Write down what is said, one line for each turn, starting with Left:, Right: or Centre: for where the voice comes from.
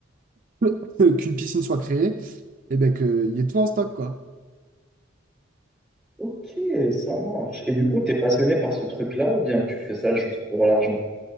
Right: <laughs> qu'une piscine soit créée, et ben qu'il y ait tout en stock, quoi.
Centre: Ok, ça marche. Et du coup, t'es passionné par ce truc-là ou bien tu fais ça juste pour l'argent?